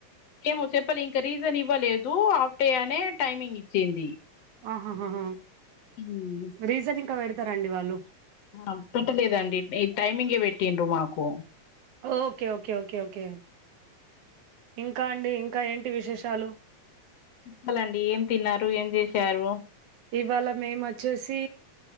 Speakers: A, on the left; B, on the right.
A: ఏమో చెప్పలె ఇంకా రీజన్ ఇవ్వలేదు ఆఫ్ డే అనే టైమింగ్ ఇచ్చింది.
B: ఆహాహాహ
A: ఉమ్
B: రీజన్ ఇంకా పెడతరండి వాళ్ళు.
A: ఆ పెట్టలేదండి ఈ టైమింగే పెట్టిండ్రు మాకు.
B: ఓకే ఓకే ఓకే ఓకే ఇంకా అండి ఇంకా ఏంటి విశేషాలు.
A: ప్పాలండి ఏం తిన్నారు, ఏం చేశారు?
B: ఇవ్వాళ మేము వచ్చేసి